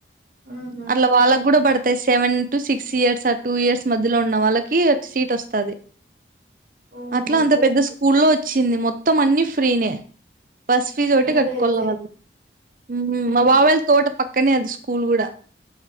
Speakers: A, on the right (about 80°); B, on the right (about 50°).
A: హ్మ్
B: అట్ల వాళ్ళకు కూడా బడు తే సెవెన్ టు సిక్స్ ఇయర్స్ ఆ టూ ఇయర్స్ మధ్యలో ఉన్న వాళ్ళకి ఒక సీట్ వస్తాది
A: ఓహో
B: అట్లా అంత పెద్ద స్ ఊళ్ళో వచ్చింది మొత్తం అన్ని ఫ్రీ నే బస్ ఫీజు
A: మేలే
B: ఒకటే కట్టుకోవాల
A: అయితే
B: వాళ్ళు ఊ
A: హ్మ్
B: మా బాబాయ్
A: హ్మ్.
B: వాళ్ళ తోట పక్ క్కనే అది స్కూల్ కూడా